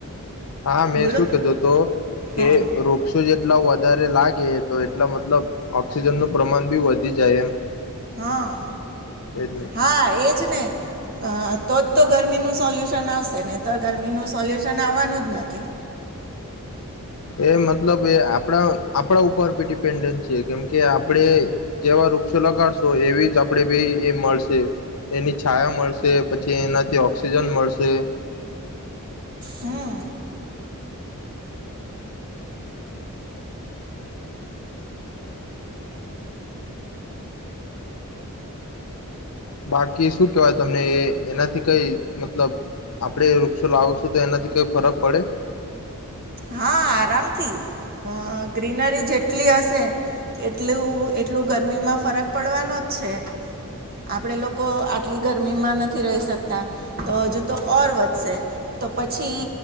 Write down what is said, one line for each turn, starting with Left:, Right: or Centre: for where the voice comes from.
Left: હા મેં
Right: બોલો
Left: શુંએ તો તો હતોઊ,
Right: હા.
Left: કે વૃક્ષો જે એટલા વધારે લાગે તો એટલા મતલબ ઓક્સિજન નું પ્રમાણ બી વધી જાય એમ
Right: હા
Left: એજ ને.
Right: હા એજ ને અ તોજ તો ગરમી ગરમીનું સોલ્યુશન આવશે. નહી તો ગરમીનું સોલ્યુશન આવવાનું જ નથી.
Left: એ મતલબ એ આપણા આપણા ઉપર બી ડિપેન્ડન્ટ છે કેમ કે આપણે જેવા વૃક્ષો લગાડશો એવી જ આપણેે ભી એ મળશે, એની છાયા મળશે, પછી એનાથી ઓક્સિજન મળશે.
Right: હમ
Left: બાકી શું કેહેવાય તમને એ એનાથી કઈ મતલબ આપણેે વૃક્ષો લાવું છું તો એનાથી કઈ ફરક પડે?
Right: હા આરામથી અ ગ્રીનરી જેટલી હશે એટલું એટલું ગરમીમાં ફરક પડવાનો જ છે. આપડે લોકો આટલી ગરમીમાં નથી રહી શકતા તો હજુ તો ઓર વધશે. તો પછી